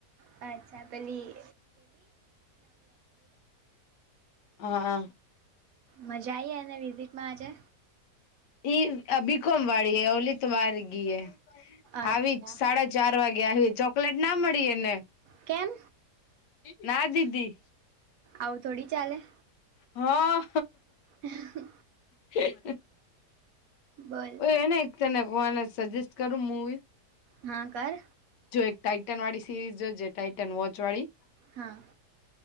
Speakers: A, on the right (about 65°); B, on the left (about 85°).
A: અચ્છા પહેલી
B: હા
A: મજા આઈએ ને વિઝિટમાં આજે
B: ઈ બીકમ વાળી ઓલી તો વાર ગી
A: અચ્છા
B: આવી સાડા ચાર વાગે આવી ચોકલેટ ના મળીએને
A: કેમ
B: ના દીદી
A: આવું થોડી ચાલે
B: હા
A: હ
B: હ
A: બોલ
B: એને એક તને કોને સજેસ્ટ કરું મુવી
A: હા કર
B: જો એક ટાઇટન વાળી સિરીઝ જો જે ટાઇટન વોચ વાળી
A: હા